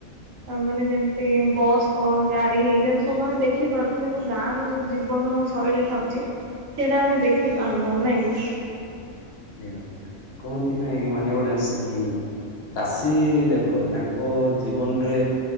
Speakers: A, on the right; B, on the left.
A: ଆମେ ମାନେ ଯେମିତି ବସ୍ ଫସ୍ ଗାଡି ଏଇଯା ସବୁ ଆମେ ଦେଖି ପାରୁଚୁ। କିନ୍ତୁ ଗାଁ ର ଯୋଉ ଜୀବନ ଶୈଳୀ ଥାଉଚି ସେଇଟା ଆମେ ଦେଖି ପାରୁନୁ ନାଇଁକି।
B: ସେଇଆ କହନ୍ତି ନାଇଁ କି ମାନେ ଗୋଟେ ଆସ <unintelligible> ଚାଷୀ ଦେଖ ତାଙ୍କ ଜୀବନରେ